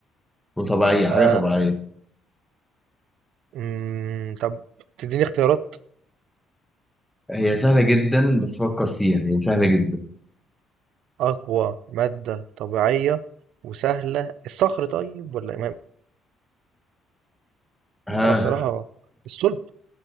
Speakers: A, in the centre; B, on the right.
A: وطبيعية حاجة
B: آه.
A: طبيعية
B: مم. طب تديني اختيارات
A: هي سهلة جدا بس فكر فيها هي سهلة جدا
B: أقوى مادة طبيعية وسهلة الصخر طيب ولا ما-
A: ها
B: أنا بصراحة الصلب